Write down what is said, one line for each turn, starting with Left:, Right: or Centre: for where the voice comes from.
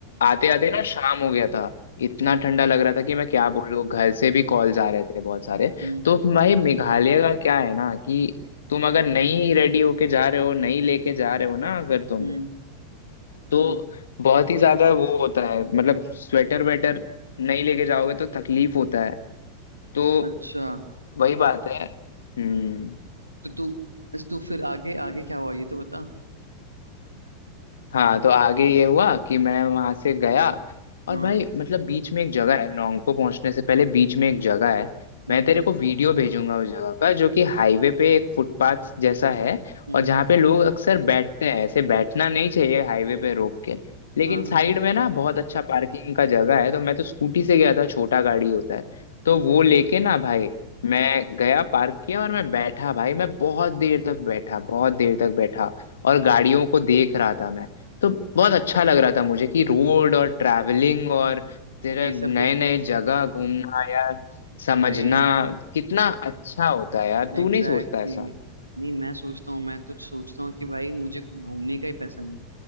Left: आते आते ना शाम हो गया था इतना
Right: हम्म
Left: ठंडा लग रहा था कि मैं क्या बोलूँ घर से भी कॉल्स आ रहे थे बहुत सारे
Right: हम्म
Left: तो भाई मेघालय का क्या है ना कि तुम अगर नहीं रेडी होके जा रहे हो नहीं लेके जा रहे हो ना अगर तुम
Right: हम्म
Left: तो
Right: हम्म।
Left: बहुत ही ज्यादा वो होता है मतलब स्वेटर वेटर नहीं लेके जाओगे तो तकलीफ होता है तो
Right: अच्छा
Left: वही बात है हम्म
Right: तो तू अच्छा, तू फिर आगे आगे क्या हुआ ये तो बता
Left: हाँ तो आगे ये हुआ कि मैं वहां से गया और
Right: हाँ
Left: भाई मतलब बीच में एक जगह है नोंगपो पहुंचने से पहले बीच में एक जगह है
Right: हम्म
Left: मैं तेरे को वीडियो भेजूंगा उस जगह का जो कि हाईवे पे एक फुटपाथ जैसा है
Right: हम्म
Left: और जहाँ पे लोग अक्सर बैठते हैं ऐसे बैठना नहीं चाहिए हाईवे पे रोक के लेकिन
Right: हाँ
Left: साइड
Right: हाँ
Left: में ना बहुत अच्छा पार्किंग का जगह है तो मैं तो स्कूटी से गया था छोटा गाड़ी होता है तो
Right: हम्म
Left: वो
Right: हम्म
Left: लेके ना भाई मैं गया पार्क किया और मैं बैठा भाई मैं बहुत देर तक बैठा बहुत देर तक बैठा और गाड़ियों को देख रहा था मैं तो बहुत अच्छा लग रहा था मुझे कि रोड और ट्रैवलिंग और तेरे
Right: ये
Left: नए
Right: सब देख
Left: नए जगह घूमना या समझना
Right: भाई
Left: कितना अच्छा होता है यार
Right: Exactly
Left: तू नहीं सोचता ऐसा
Right: exactly. नहीं मैं सोचता हूँ मैं तो सोचता हूँ कि भाई मुझे घूमने का ही पैसा मिले